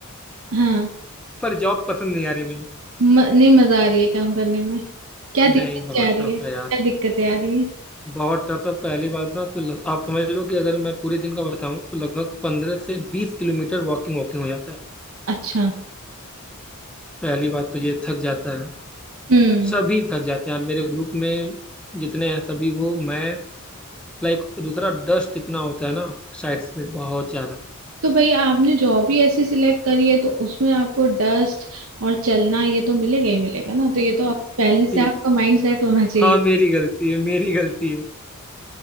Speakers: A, on the right; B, in the centre.
A: हाँ
B: पर जॉब पसंद नहीं आ रही मुझे
A: म, नहीं मजा आ रही है काम करने में क्या
B: नहीं
A: दिक्कत
B: बहुत
A: क्या आ रही
B: टफ
A: है क्या
B: है यार
A: दिक्कतें आ रही है
B: बहुत टफ है पहली बात ना तो लग, आप समझ लो कि अगर मैं पूरे दिन का बताऊं तो लगभग पंद्रह से बीस किलोमीटर वॉकिंग वॉकिंग हो जाता है
A: अच्छा
B: पहली बात तो ये थक जाता है
A: हम्म
B: सभी थक जाते हैं यार मेरे ग्रुप में जितने हैं सभी वो मैं लाइक दूसरा डस्ट इतना होता है ना साइड्स पे बहुत ज्यादा
A: तो भाई आपने जॉब ही ऐसी सिलेक्ट करी है तो उसमें आपको डस्ट और चलना ये तो मिलेगा ही मिलेगा ना तो ये तो आप पहले से
B: ये-
A: आपका माइंड सेट होना चाहिए
B: हाँ मेरी गलती है मेरी गलती है